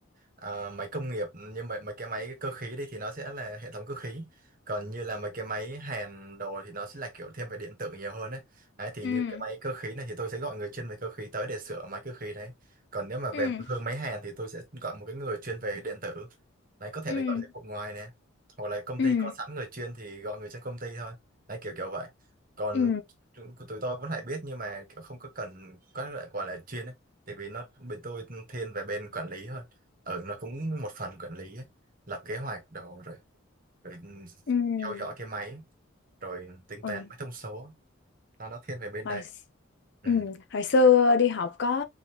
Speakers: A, on the right (about 40°); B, on the left (about 55°).
A: ờ, máy công nghiệp như mấy, mấy cái máy cơ khí đi thì nó sẽ là hệ thống cơ khí còn như là mấy cái máy hàn đồ thì nó sẽ là kiểu thiên về điện tử nhiều hơn đấy. đấy thì
B: ừ
A: như cái máy cơ khí này thì tôi sẽ gọi người chuyên về cơ khí tới để sửa máy cơ khí đấy còn nếu mà về
B: ừ
A: hơn máy hàn thì tôi sẽ gọi một cái người chuyên về điện tử đấy có thể
B: ừ
A: là gọi dịch vụ ngoài nè hoặc là công
B: ừ
A: ty có sẵn người chuyên thì gọi người trong công ty thôi đấy kiểu kiểu vậy còn
B: ừ
A: tụi, của tụi tôi vẫn phải biết nhưng mà kiểu không có cần có loại gọi là chuyên ấy tại vì nó bên tôi thiên về bên quản lý hơn ở nó cũng một phần quản lý ấy. lập kế hoạch đồ rồi, rồi ừ,
B: ừ
A: theo dõi cái máy rồi tính
B: ừ
A: toán mấy thông số nó nó thiên về bên
B: hồi
A: đấy
B: x-
A: ừ.
B: ừ hồi xưa đi học có